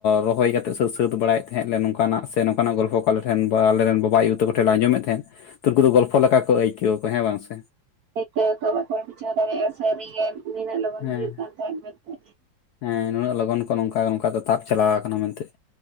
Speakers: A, on the left; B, on the right.
A: ᱨᱚᱦᱚᱭ ᱠᱟᱼᱼ <unintelligible> ᱮ ᱥᱟᱹᱛ ᱥᱟᱹᱛ ᱵᱟᱲᱟᱭᱮᱫ ᱛᱮᱦᱮᱸᱜ ᱞᱮ ᱱᱚᱝᱠᱟ ᱱᱟᱜ ᱥᱮ ᱱᱚᱝᱠᱟ ᱱᱟᱜ ᱜᱚᱞᱯᱚ ᱠᱚ ᱟᱞᱮ ᱴᱮᱱ ᱵᱟ ᱟᱞᱮ ᱨᱮᱱ ᱜᱚ ᱵᱟᱵᱟ ᱟᱹᱭᱩ ᱛᱟᱠᱚ ᱴᱷᱮᱱ ᱞᱮ ᱟᱸᱡᱚᱢᱮᱫ ᱛᱮᱦᱮᱸᱫᱼᱼ ᱛᱚ ᱩᱱᱠᱩ ᱫᱚ ᱜᱚᱞᱯᱷᱚ ᱞᱮᱠᱟ ᱠᱚ ᱟᱹᱭᱠᱟᱹᱣᱟ ᱠᱚ ᱦᱮᱸ ᱵᱟᱝ ᱥᱮᱼᱼ
B: ᱤᱛᱟᱹ ᱠᱚ ᱵᱟᱠᱚ ᱵᱩᱡᱷᱟᱹᱣ ᱫᱟᱲᱮᱭᱟᱜ-ᱟ <unintelligible> ᱥᱟᱹᱨᱤ ᱜᱮ ᱱᱤᱱᱟᱹᱜ ᱞᱚᱜᱚᱱ
A: ᱦᱮᱸ
B: ᱦᱩᱭᱩᱜ ᱠᱟᱱ ᱛᱟᱦᱮᱸᱫ ᱢᱮᱱᱛᱮ᱾
A: ᱦᱮᱸ ᱱᱩᱱᱟᱹᱜ ᱞᱚᱜᱚᱱ ᱠᱚ ᱱᱚᱝᱠᱟ ᱱᱚᱝᱠᱟ ᱛᱮ ᱛᱟᱯ ᱪᱟᱞᱟᱣ ᱠᱟᱱᱟ ᱢᱮᱱᱛᱮᱜ᱾